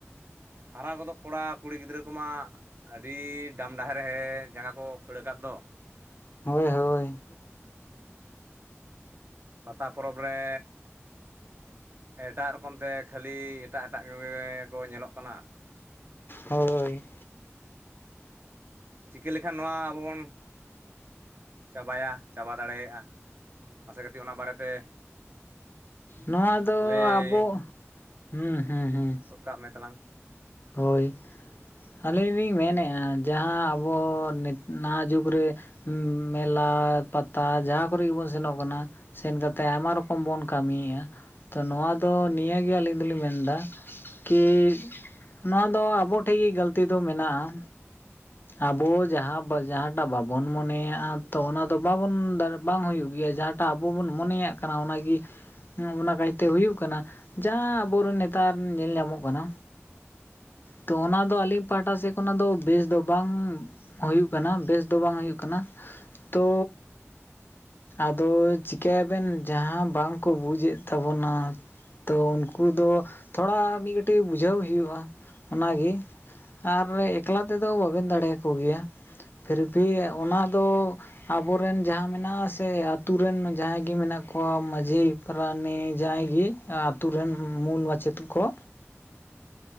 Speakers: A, on the right; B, on the left.
A: ᱦᱟᱨᱟ ᱜᱚᱫᱚᱜ ᱠᱚᱲᱟ ᱠᱩᱲᱤ ᱜᱤᱫᱽᱨᱟᱹ ᱠᱚᱢᱟ ᱟᱹᱰᱤ ᱰᱟᱢ ᱰᱟᱦᱟᱨ ᱨᱮ ᱡᱟᱸᱜᱟ ᱠᱚ ᱠᱷᱟᱹᱲ ᱟᱠᱟᱫ ᱫᱚ᱾
B: ᱦᱳᱭ ᱦᱳᱭ
A: ᱯᱟᱛᱟ ᱯᱚᱨᱚᱵᱽ ᱨᱮ ᱮᱴᱟᱜ ᱨᱚᱠᱚᱢ ᱛᱮ ᱠᱷᱟᱹᱞᱤ ᱮᱴᱟᱜ ᱮᱴᱟᱜ ᱠᱚᱜᱮ ᱠᱚ ᱧᱮᱞᱚᱜ ᱠᱟᱱᱟ
B: ᱦᱳᱭ
A: ᱪᱤᱠᱟᱹ ᱞᱮᱠᱷᱟᱱ ᱱᱚᱣᱟ ᱟᱵᱚ ᱵᱚᱱ ᱪᱟᱵᱟᱭᱟ ᱪᱟᱵᱟ ᱫᱟᱲᱮᱭᱟᱜᱼᱟ ᱢᱟᱥᱮ ᱠᱟᱹᱴᱤᱡ ᱚᱱᱟ ᱵᱟᱨᱮᱛᱮ
B: ᱱᱚᱣᱟ ᱫᱚ
A: ᱞᱟᱹᱭ
B: ᱟᱵᱚ ᱦᱩᱸ ᱦᱩᱸ ᱦᱩᱸ
A: ᱨᱚᱲᱠᱟᱜ ᱢᱮ ᱛᱟᱞᱟᱝ
B: ᱦᱳᱭ ᱟᱹᱞᱤᱧ ᱞᱤᱧ ᱢᱮᱱᱮᱜᱼᱟ ᱡᱟᱦᱟᱸ ᱟᱵᱚ ᱱᱤᱛ ᱱᱟᱜ ᱡᱩᱜᱽ ᱨᱮ ᱦᱩᱸ ᱢᱮᱞᱟ ᱯᱟᱛᱟ ᱡᱟᱦᱟᱸ ᱠᱚᱨᱮ ᱜᱮᱵᱚᱱ ᱥᱮᱱᱚᱜ ᱠᱟᱱᱟ ᱥᱮᱱ ᱠᱟᱛᱮᱫ ᱟᱭᱢᱟ ᱨᱚᱠᱚᱢ ᱵᱚᱱ ᱠᱟᱹᱢᱤᱭᱮᱜᱼᱟ ᱛᱚ ᱱᱚᱣᱟ ᱫᱚ ᱱᱤᱭᱟᱹᱜᱮ ᱟᱹᱞᱤᱧ ᱫᱚᱞᱤᱧ ᱢᱮᱱᱫᱟ ᱠᱤ ᱱᱚᱣᱟ ᱫᱚ ᱟᱵᱚ ᱴᱷᱮᱱ ᱜᱮ ᱜᱟᱹᱞᱛᱤ ᱫᱚ ᱢᱮᱱᱟᱜᱼᱟ᱾
A: <inaudible>
B: ᱟᱵᱚ ᱡᱟᱦᱟᱸ ᱡᱟᱦᱟᱸᱴᱟᱜ ᱵᱟᱵᱚᱱ ᱢᱚᱱᱮᱭᱟᱜᱼᱟ ᱛᱚ ᱚᱱᱟ ᱫᱚ ᱵᱟᱵᱚᱱ ᱵᱟᱝ ᱦᱩᱭᱩᱜ ᱜᱮᱭᱟ ᱡᱟᱦᱟᱸ ᱴᱟᱜ ᱟᱵᱚ ᱵᱚᱱ ᱢᱚᱱᱮᱭᱟᱜ ᱠᱟᱱᱟ ᱚᱱᱟᱜᱮ ᱚᱱᱟ ᱠᱟᱭᱛᱮ ᱦᱩᱭᱩᱜ ᱠᱟᱱᱟ ᱡᱟᱦᱟᱸ ᱟᱵᱚᱨᱮᱱ ᱱᱮᱛᱟᱨ ᱧᱮᱞ ᱧᱟᱢᱚᱜ ᱠᱟᱱᱟ ᱛᱚ ᱚᱱᱟᱫᱚ ᱟᱹᱞᱤᱧ ᱯᱟᱦᱟᱴᱟ ᱥᱮᱫ ᱠᱷᱚᱱᱟᱜ ᱫᱚ ᱵᱮᱥ ᱫᱚ ᱵᱟᱝ ᱦᱩᱭᱩᱜ ᱠᱟᱱᱟ ᱵᱮᱥ ᱫᱚ ᱵᱟᱝ ᱦᱩᱭᱩᱜ ᱠᱟᱱᱟ ᱛᱳ ᱟᱫᱚ ᱪᱤᱠᱟᱹᱭ ᱟᱵᱮᱱ ᱡᱟᱦᱟᱸ ᱵᱟᱝᱠᱚ ᱵᱩᱡᱮᱫ ᱛᱟᱵᱚᱱᱟ ᱛᱚ ᱩᱱᱠᱩ ᱫᱚ ᱛᱷᱚᱲᱟ ᱢᱤᱫ ᱠᱟᱹᱴᱤᱡ ᱵᱩᱡᱷᱟᱹᱣ ᱦᱩᱭᱩᱜᱼᱟ ᱚᱱᱟᱜᱮ ᱟᱨ ᱮᱠᱞᱟ ᱛᱮᱫᱚ ᱵᱟᱵᱮᱱ ᱫᱟᱲᱮᱭᱟᱠᱚ ᱜᱮᱭᱟ ᱯᱷᱤᱨ ᱵᱷᱤ ᱚᱱᱟ ᱫᱚ ᱟᱵᱚᱨᱮᱱ ᱡᱟᱦᱟᱸ ᱢᱮᱱᱟᱜᱼᱟ ᱥᱮ ᱟᱹᱛᱩ ᱨᱮᱱ ᱡᱟᱦᱟᱸᱭ ᱜᱮ ᱢᱮᱱᱟᱜ ᱠᱚᱣᱟ ᱢᱟᱺᱡᱷᱤ ᱯᱨᱟᱱᱤᱠ ᱡᱟᱦᱟᱸᱭ ᱜᱮ ᱟᱛᱳ ᱨᱮᱱ ᱢᱩᱞ ᱢᱟᱪᱮᱫ ᱠᱚ